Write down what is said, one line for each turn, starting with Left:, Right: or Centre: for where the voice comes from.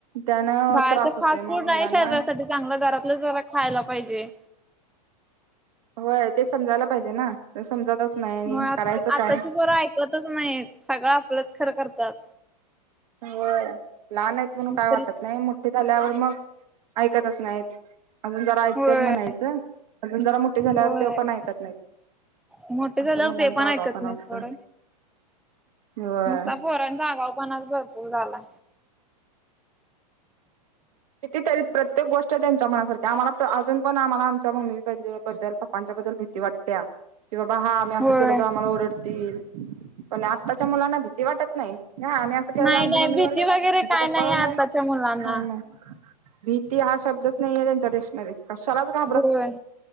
Right: त्यान
Centre: बाहेरच
Right: त्रास होतोय
Centre: फास्ट फूड
Right: मग,
Centre: नाही
Right: मुलांना
Centre: शरीरासाठी चांगलं घरातलं जरा खायला पाहिजे.
Right: होय ते समजायला पाहिजे ना ते समजतच नाही आणि
Centre: हो
Right: करायचं
Centre: आताची
Right: काय.
Centre: पोरं ऐकतच नाहीत, सगळं आपलंच खरं करत्यात.
Right: हो. लहान आहेत म्हणून काय?
Centre: दुसरी
Right: वाटत नाही.. मोठी झाल्यावर मग, ऐकतच नाहीत. अजून जरा ऐकतत
Centre: होय
Right: म्हणायचं. अजून जरा मोठी झाल्यावर
Centre: होय
Right: तेव पण ऐकत नाहीत.
Centre: मोठे झाल्यावर
Right: असं मुलांचा
Centre: ते पण ऐकत
Right: आगाव पणा
Centre: नाही
Right: असतो.
Centre: सोड
Right: होय
Centre: नुसता पोरांचा आगाव पणा भरपूर झाला.
Right: किती? तरी प्रत्येक गोष्ट त्यांच्या मनासारखी आम्हाला तर अजून. पण आम्हाला आमच्या मम्मी पद्द बद्दल पप्पांच्या बद्दल भीती वाटत्या. की बाबा. हा आम्ही असं
Centre: होय
Right: केलं तर आम्हाला ओरडतील? तील पण आत्ताच्या मुलांना भीती वाटत नाही हा आम्ही एखादं वेळेस
Centre: नाही
Right: आमची
Centre: नाही
Right: मम्मी
Centre: भीती
Right: ओरडलं,
Centre: वगैरे
Right: हिचे
Centre: काय
Right: पप्पा
Centre: नाही
Right: ओरडलं
Centre: आताच्या मुलांना.
Right: हा ना. भीती हा शब्दच नाही आहे त्यांच्या डिशनरीत. कशालाच घा
Centre: होय.